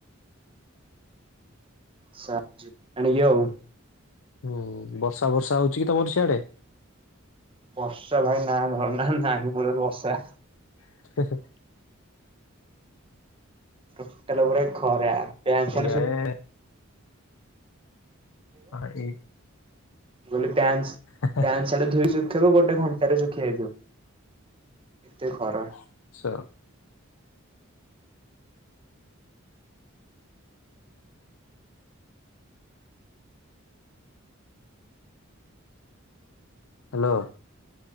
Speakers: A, on the right; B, on the left.
A: ଛା ଆଣିବି ଆଉ।
B: ହୁଁ ବର୍ଷା ଫର୍ଷା ହଉଛି କି ତମର ସିଆଡେ?
A: ବର୍ଷା ଭାଇ ନା ଧରଣା ନାହିଁ ମୂଳୁରୁ ବର୍ଷା।
B: <inaudible>
A: ଟୋଟାଲ ପୁରା ଖରା। ପ୍ୟାଣ୍ଟ ସାର୍ଟ
B: ଏଇାଏ। ହଁ ଏଇ।
A: ବ ପ୍ୟାନ୍ସ
B: ଆଚ୍ଛା
A: ପ୍ୟାନ୍। ସେଟା ଧୁଇ ଶୁଖବ ଗୋଟେ ଘଣ୍ଟାରେ ଶୁଖି ହେଇଥିବ ଏତେ ଖରା।
B: ଆଛା। ହ୍ୟାଲୋ।